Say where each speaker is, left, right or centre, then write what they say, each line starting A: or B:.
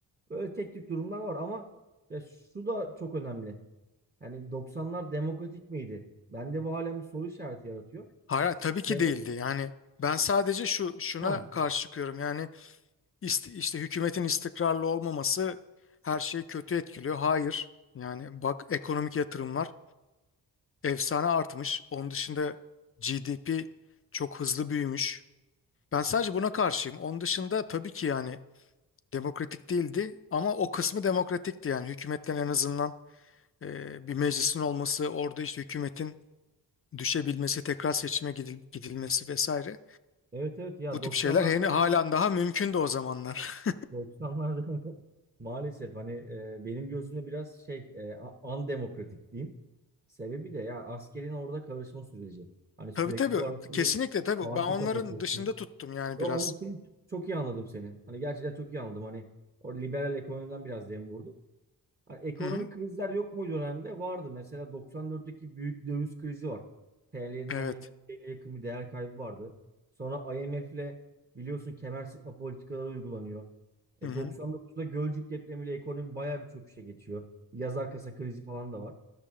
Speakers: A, on the right; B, on the left.
A: Böyle tek tük durumlar var ama ya şu da çok önemli. Yani 90'lar demokratik miydi? Bende bu halen bir soru işareti yaratıyor.
B: Hayır,
A: Çünkü
B: tabii ki
A: demokratik...
B: değildi. Yani ben sadece şu şuna
A: Ha,
B: karşı çıkıyorum. Yani ist- işte hükümetin istikrarlı olmaması her şeyi kötü etkiliyor. Hayır. Yani bak ekonomik yatırımlar efsane artmış. Onun dışında GDP çok hızlı büyümüş. Ben sadece buna karşıyım. Onun dışında tabii ki yani demokratik değildi ama o kısmı demokratikti yani hükümetten en azından e, bir meclisin olması, orada işte hükümetin düşebilmesi, tekrar seçime gidil- gidilmesi vesaire.
A: evet evet ya
B: Bu tip
A: 90'lar
B: şeyler hani
A: dönemi
B: halen daha mümkündü o zamanlar.
A: 90'lar dönemi <laughs> maalesef hani e, benim gözümde biraz şey e, a- andemokratik diyeyim. Sebebi de ya askerin orada karışma süreci.
B: <laughs>
A: Hani sürekli
B: Tabii tabii
A: olarak bir
B: kesinlikle tabii
A: parti
B: ben onların
A: kapatıyorsun.
B: dışında tuttum yani
A: Ve
B: biraz.
A: onun için çok iyi anladım seni. Hani gerçekten çok iyi anladım. Hani o liberal ekonomiden biraz dem vurdum. Hani ekonomik
B: Hı hı.
A: krizler yok mu dönemde? Vardı. Mesela 94'teki büyük döviz krizi var. TL'nin
B: Evet.
A: hani TL'ye yakın bir değer kaybı vardı. Sonra IMF'le biliyorsun kemer sıkma politikaları uygulanıyor. E
B: Hı hı.
A: 99'da Gölcük depremiyle ekonomi bayağı bir çöküşe geçiyor. Yaz arkası krizi falan da var